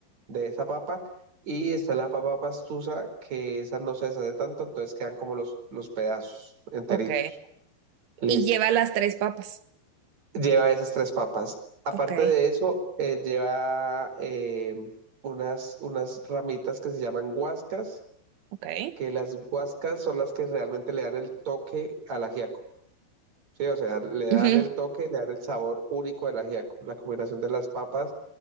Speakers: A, on the right (about 40°); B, on the right (about 85°).
A: de esa papa. Y está la papa pastusa, que esa no se deshace tanto, entonces quedan como los, los pedazos enteritos.
B: Ok.
A: Listo.
B: Y lleva las tres papas.
A: Lleva esas tres papas. Aparte
B: Ok.
A: de eso, eh, lleva eh, unas, unas ramitas que se llaman guascas,
B: Ok.
A: que las guascas son las que realmente le dan el toque al ajiaco. Sí, o sea, le
B: ujú,
A: dan el toque, le dan el sabor único del ajiaco. La combinación de las papas